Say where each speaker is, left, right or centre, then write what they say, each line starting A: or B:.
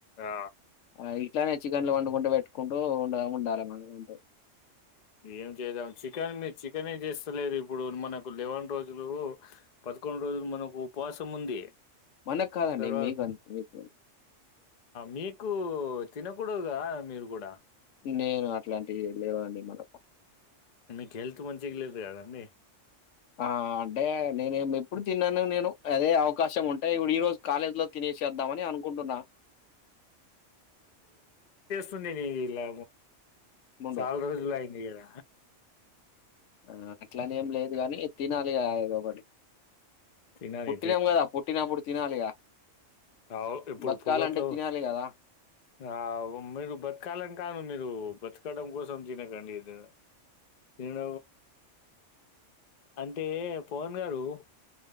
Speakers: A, on the left (about 50°); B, on the left (about 75°).
A: ఆ
B: ఆ ఇట్లానే చికెన్లు వండుకుంటూ పెట్టుకుంటూ ఉండ ఉండాలి మనం అంటే
A: ఏం చేద్దాం చికెన్ మీ చికెన్ ఏం చేస్తలేరు ఇప్పుడు మనకు లెవన్ రోజులు పదకొండు రోజులు మనకు ఉపవాసం ఉంది
B: మనకు కాదండి
A: తర్వాత
B: మీకు అంతకు
A: మీకు తినకూడదుగా మీరు కూడా
B: నేను అట్లాంటివి దేవాడి మనకం
A: మీకు హెల్త్ మంచి లేదు కదండీ
B: ఆ అంటే ననే ఏం ఇప్పుడు తిన్నాను నేను అదే అవకాశం ఉంటే ఇప్పుడు ఈ రోజు కాలేజీ లో తినేసేద్దామని అనుకుంటున్నా
A: నిలా
B: ముందు.
A: చాల రోజులుయిందిద
B: ఆ అట్లానే ఏం లేదు గాని తినాలి అయగబడి
A: తినాలి
B: పుట్టినాము కదా పుట్టినప్పుడు తినాలిగా
A: అ ఇప్పుడు
B: బతకాలంటే
A: పొగట్లు
B: తినాలి గదా!
A: ఆ మీరు బతకాలం కాను మీరు బతకడం కోసం తినకండి ఇ తిన అంటే పవన్ గారు